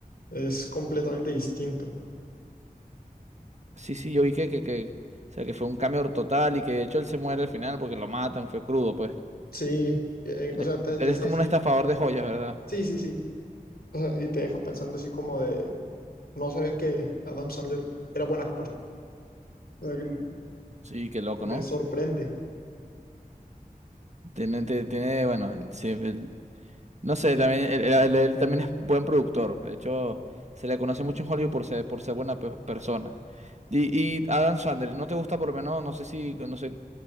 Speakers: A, on the left (about 85°); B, on the right (about 45°).
A: Es completamente distinto.
B: Sí, sí, yo vi que, que, que, o sea, que fue un cambio total y que de hecho él se muere al final porque lo matan, fue crudo, pues.
A: Sí, eh, eh,
B: Él
A: o sea,
B: es,
A: te,
B: él
A: te
B: es
A: hace
B: como
A: decir,
B: un estafador de joyas, ¿verdad?
A: sí, sí, sí. O sea, y te deja pensando así como de, no sabía que Adam Sandler era buen actor. <laughs> O sea, que-
B: Sí, qué loco,
A: Porque
B: ¿no?
A: sorprende.
B: Tiene, te- tiene, bueno, él siempre- él- no sé, también, él, él- él también es buen productor. De hecho, se le conoce mucho en Hollywood por ser, por ser buena pe- persona. Y, y Adam Sandler, ¿no te gusta por lo menos? No sé si, no sé,